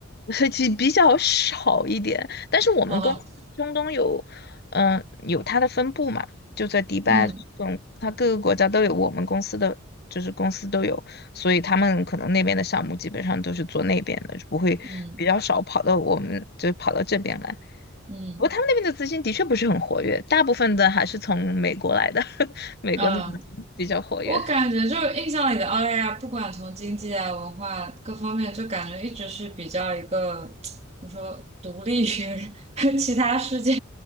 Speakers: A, on the left; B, on the right.
A: <laughs> 所以其实比较少一点。但是我们公司中东有，
B: 哦
A: 嗯，有它的分部嘛，就在迪拜这种，
B: 嗯
A: 它各个国家都有我们公司的，就是公司都有，所以他们可能那边的项目基本上都是做那边的，就不会比较少跑到我们，
B: 嗯
A: 就跑到这边来。
B: 嗯嗯
A: 不过他们那边的资金的确不是很活跃，大部分的还是从美国来的，<laughs> 美国的资金比较活跃。
B: 嗯我感觉就是印象里的澳大利亚，不管从经济啊、文化各方面，就感觉一直是比较一个，你说独立于 <laughs> 其他世界，